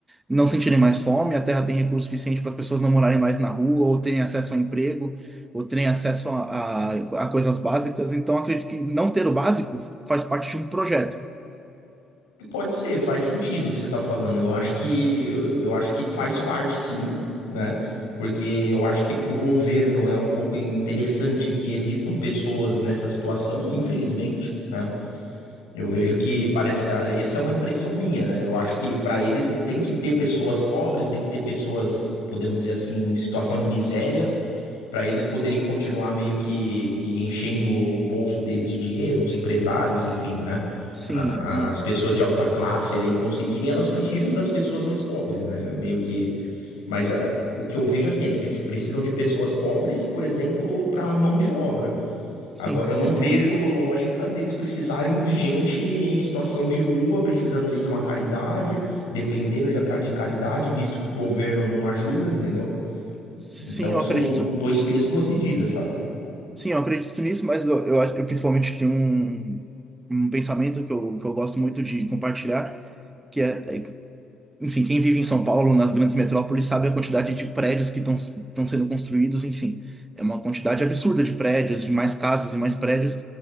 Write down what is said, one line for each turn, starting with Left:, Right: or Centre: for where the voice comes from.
Right: não sentirem mais fome, a Terra tem recursos suficientes para as pessoas não morarem mais na rua, ou terem acesso a emprego, ou terem acesso a, a a coisas básicas. Então, acredito que não ter o básico faz parte de um projeto.
Left: pode ser, faz sentido o que você tá falando. Eu acho que eu acho que faz parte, sim, né? Porque eu acho que pro governo é um pouco interessante que existam pessoas nessa situação, infelizmente, né? Eu vejo que parece, ah, essa é uma impressão minha, né? Eu acho que para eles tem que ter pessoas pobres, tem que ter pessoas, podemos dizer assim, em situação de miséria Pra eles poderem continuar meio que, que enchendo o bolso deles de dinheiro, os empresários, enfim, né?
Right: Sim,
Left: A-
Right: e
Left: a- As pessoas de alta classe aí conseguirem, elas precisam das pessoas mais pobres, né? Meio que. Mas ah, o que eu vejo assim, eles preci- precisam de pessoas pobres, por exemplo, para mão de obra.
Right: sim,
Left: Agora, eu não
Right: principalmente.
Left: vejo lógica neles precisarem de gente em situação de rua, precisando ali de uma caridade, dependendo de, a ca- de caridade, visto que o governo não ajuda, entendeu?
Right: Sim,
Left: Então,
Right: eu
Left: são
Right: acredito.
Left: dois pesos, duas medidas, sabe?
Right: Sim, eu acredito nisso, mas eu, eu, acho- eu principalmente tenho um, um pensamento que eu, que eu gosto muito de compartilhar, que é, é, enfim, quem vive em São Paulo, nas grandes metrópoles, sabe a quantidade de prédios que estão estão sendo construídos, enfim. É uma quantidade absurda de prédios, de mais casas e mais prédios.